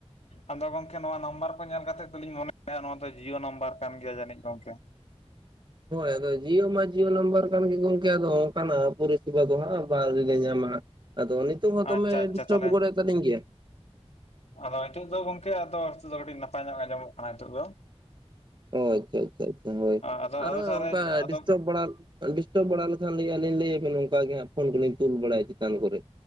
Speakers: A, on the left; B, on the right.
A: ᱟᱫᱚ ᱜᱚᱝᱠᱮ ᱱᱚᱣᱟ ᱱᱟᱢᱵᱟᱨ ᱠᱚ ᱧᱮᱞ ᱠᱟᱛᱮᱜ ᱫᱚᱞᱤᱧ ᱢᱚᱱᱮᱭᱟ ᱱᱚᱣᱟ ᱫᱚ ᱡᱤᱭᱳ ᱱᱟᱢᱵᱟᱨ ᱠᱟᱱ ᱜᱮᱭᱟ ᱡᱟᱹᱱᱤᱡ ᱜᱚᱝᱠᱮ᱾
B: ᱦᱳᱭ ᱟᱫᱚ ᱡᱤᱭᱳ ᱢᱟ ᱡᱤᱭᱳ ᱱᱟᱢᱵᱟᱨ ᱠᱟᱱ ᱜᱮ ᱜᱚᱝᱠᱮ ᱟᱫᱚ ᱚᱱᱠᱟᱱᱟᱜ ᱯᱚᱨᱤᱥᱮᱵᱟ ᱫᱚ ᱦᱟᱸᱜ ᱵᱟ ᱟᱣᱨᱤᱞᱮ ᱧᱟᱢᱟ ᱦᱟᱸᱜ᱾ ᱟᱫᱚ ᱱᱤᱛᱚᱜ ᱦᱚᱸ
A: ᱟᱪᱪᱷᱟ
B: ᱫᱚᱢᱮ
A: ᱟᱪᱪᱷᱟ
B: ᱰᱤᱥᱴᱟᱵ
A: ᱛᱟᱦᱚᱞᱮ
B: ᱜᱚᱫ ᱛᱟᱹᱞᱤᱧ ᱜᱮᱭᱟ?
A: ᱟᱫᱚ ᱱᱤᱛᱳ ᱫᱚ ᱜᱚᱝᱠᱮ ᱟᱫᱚ ᱱᱤᱛᱚᱜ ᱫᱚ ᱠᱟᱹᱴᱤᱡ ᱱᱟᱯᱟᱭ ᱧᱚᱜ ᱟᱸᱚᱢᱚᱜ ᱠᱟᱱᱟ ᱱᱤᱛᱚᱜ ᱫᱚ᱾
B: ᱚ ᱟᱪᱪᱷᱟ ᱟᱪᱪᱷᱟ ᱟᱪᱪᱷᱟ ᱦᱳᱭ
A: ᱟᱫᱚ
B: ᱟᱨᱚ
A: ᱟᱫᱚ ᱛᱟᱦᱚᱞᱮ
B: ᱚᱝᱠᱟ
A: ᱟᱫᱚ
B: ᱰᱤᱥᱴᱟᱵ ᱵᱟᱲᱟ ᱰᱤᱥᱴᱟᱵ ᱵᱟᱲᱟ ᱞᱮᱠᱷᱟᱱ ᱞᱤᱧ ᱞᱟᱹᱭ ᱟᱵᱤᱱ ᱱᱚᱝᱠᱟ ᱜᱮ ᱦᱟᱸᱜ ᱯᱷᱳᱱ ᱠᱚᱞᱤᱧ ᱛᱩᱞ ᱵᱟᱲᱟᱭᱟ ᱪᱮᱛᱟᱱ ᱠᱚᱨᱮᱜ᱾